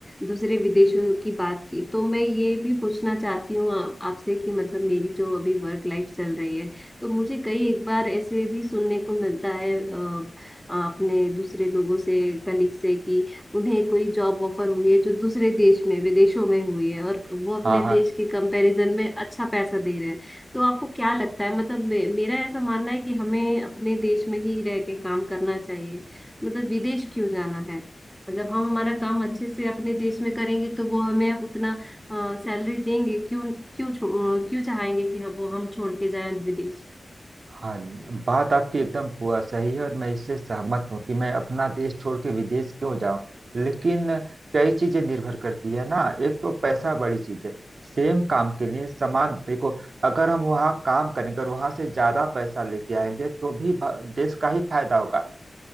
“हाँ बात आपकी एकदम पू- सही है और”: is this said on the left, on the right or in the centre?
Right